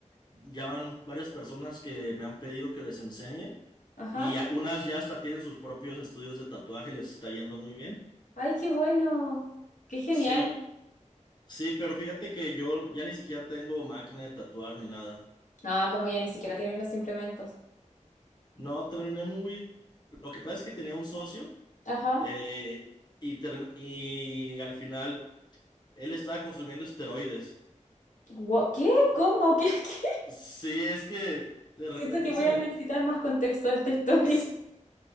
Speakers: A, on the left (about 35°); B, on the left (about 80°).
A: ya van varias personas que me han pedido que les enseñe
B: ajá.
A: y a- unas ya hasta tienen sus propios estudios de tatuaje, les está yendo muy bien.
B: Ay, qué bueno. Qué genial.
A: Sí, sí, pero fíjate que yo ya ni siquiera tengo máquina de tatuar ni nada.
B: Ah, como ya ni siquiera tienes los implementos.
A: No, terminé muy... Lo que pasa es que tenía un socio
B: Ajá.
A: eh, y, term- y al final él estaba consumiendo esteroides.
B: Gua- ¿Qué? ¿Cómo? ¿Qué? <laughs> ¿Qué?
A: Sí, es que... De repente
B: Siento que voy
A: se
B: a
A: me,
B: necesitar más contexto de esta <laughs> historia.
A: <laughs>